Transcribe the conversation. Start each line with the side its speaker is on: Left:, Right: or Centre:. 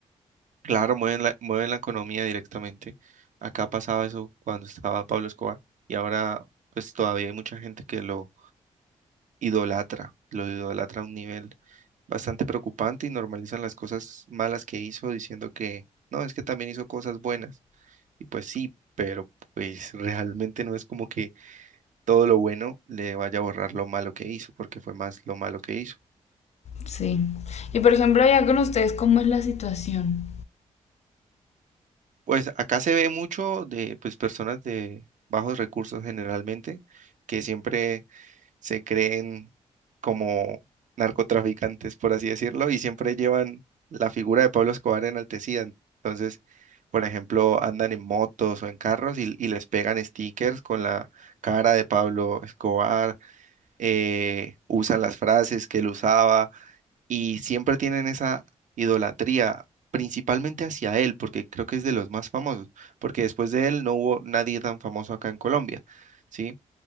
Right: Claro, mueven la, mueven la economía directamente. Acá pasaba eso cuando estaba Pablo Escobar y ahora pues todavía hay mucha gente que lo idolatra, lo idolatra a un nivel bastante preocupante y normalizan las cosas malas que hizo diciendo que no, es que también hizo cosas buenas. Y pues sí, pero pues realmente no es como que todo lo bueno le vaya a borrar lo malo que hizo, porque fue más lo malo que hizo.
Left: Sí. Y por ejemplo, allá con ustedes, ¿cómo es la situación?
Right: Pues acá se ve mucho de pues personas de bajos recursos generalmente que siempre se creen como narcotraficantes, por así decirlo, y siempre llevan la figura de Pablo Escobar enaltecida. Entonces, por ejemplo, andan en motos o en carros y, y les pegan stickers con la cara de Pablo Escobar, eh, usan las frases que él usaba y siempre tienen esa idolatría. principalmente hacia él, porque creo que es de los más famosos, porque después de él no hubo nadie tan famoso acá en Colombia, ¿sí?